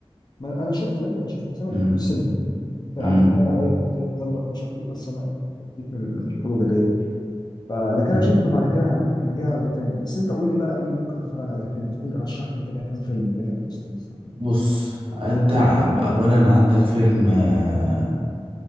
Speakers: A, on the left (about 40°); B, on the right (about 60°).
A: ما انا شفت يا ابني انا شفت بس انا
B: امم
A: ما دخلتوش السينما انت قعدت
B: امم
A: تحايل عليا قلت لك يلا مش عارف ايه بس انا فكيت من من الخروجه ديت فلكن
B: امم
A: انا شفته بعد كده على- كان جاي على روتانا بس انت قول لي بقى ايه ممكن اتفرج على فيلم قول لي رشح لي كده كام فيلم كده الاستاذ احمد
B: بص
A: بس
B: انت اولا عندك فيلم آه،